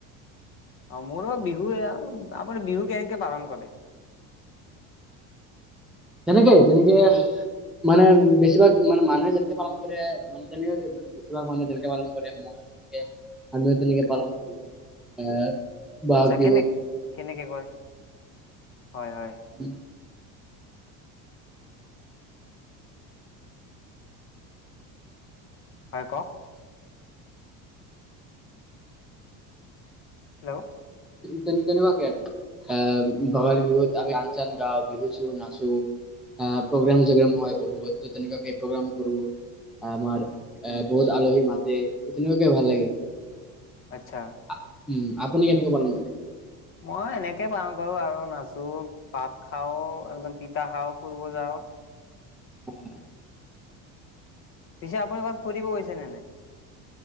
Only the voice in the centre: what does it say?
তেনেকে যেনেকে মানে বেছিভাগ মানে মানুহে যেনেকে পালন কৰে মানে তেনেকুৱাকে। বেছিভাগ মানুহ তেনেকে পালন কৰে মই তেক আমিও তেনেকে পালন কৰো এ, বহাগ
বিহুত
<unintelligible>
তে তেনেকুৱাকে আৰু এ ভোগালী বিহুত আমি গান চান গাও বিহু চিহু নাচো। প্ৰগ্ৰাম চগ্ৰাম হয় বহুত ত তেনেকুৱাকে প্ৰগ্ৰাম কৰো। আমাৰ বহুত আলহী মাতে তেনেকুৱাকে ভাল লাগে।
আ উম আপুনি কেনেকে পালন কৰে।
<unintelligible>